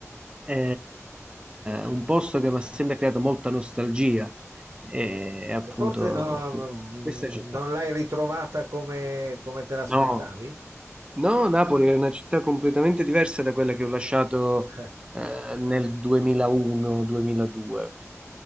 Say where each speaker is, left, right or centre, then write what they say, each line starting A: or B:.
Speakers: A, on the right; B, on the right.
A: è un posto che mi ha sempre creato molta nostalgia, è appunto
B: Forse no, mm,
A: questa città.
B: non l'hai ritrovata come, come te l'aspettavi?
A: No, no, Napoli è una città completamente diversa da quella che ho lasciato
B: Eh,
A: eh, nel 2001-2002.